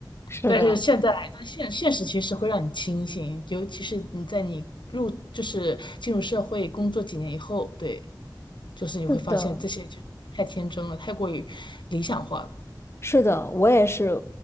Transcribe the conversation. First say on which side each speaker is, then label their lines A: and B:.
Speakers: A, on the left; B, on the left.
A: 是的，
B: 但是现在，但现现实其实会让你清醒，尤其是你在你入就是进入社会工作几年以后，对，就是你会发现这些就太天真了，
A: 是的。
B: 太过于理想化了。
A: 是的，我也是